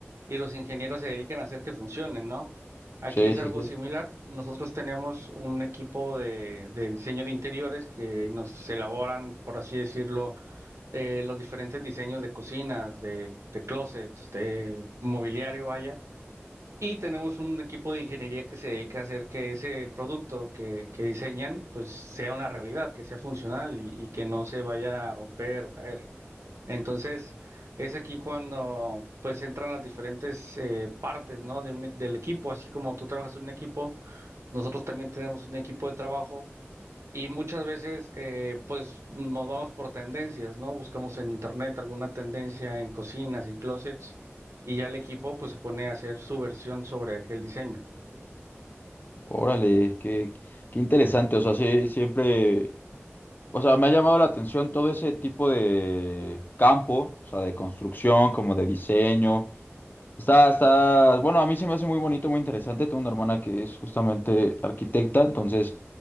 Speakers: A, on the right (about 85°); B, on the left (about 45°).
A: y los ingenieros se dedican a hacer que funcionen, ¿no? Aquí
B: Sí,
A: es algo
B: sí, sí.
A: similar. Nosotros tenemos un equipo de, de diseño de interiores que nos elaboran, por así decirlo, eh, los diferentes diseños de cocinas, de, de closets, de mobiliario, vaya. Y tenemos un equipo de ingeniería que se dedica a hacer que ese producto que, que diseñan, pues sea una realidad, que sea funcional y, y que no se vaya a romper o caer. Entonces, es aquí cuando pues entran las diferentes eh, partes, ¿no? De un e- del equipo, así como tú trabajas en un equipo, nosotros también tenemos un equipo de trabajo y muchas veces, eh, pues nos vamos por tendencias, ¿no? Buscamos en internet alguna tendencia en cocinas, en closets, y ya el equipo, pues se pone a hacer su versión sobre aquel diseño.
B: Órale, qué, qué interesante. O sea, sí, siempre, o sea, me ha llamado la atención todo ese tipo de campo, o sea, de construcción, como de diseño. Está, está, bueno, a mí se me hace muy bonito, muy interesante. Tengo una hermana que es justamente arquitecta, entonces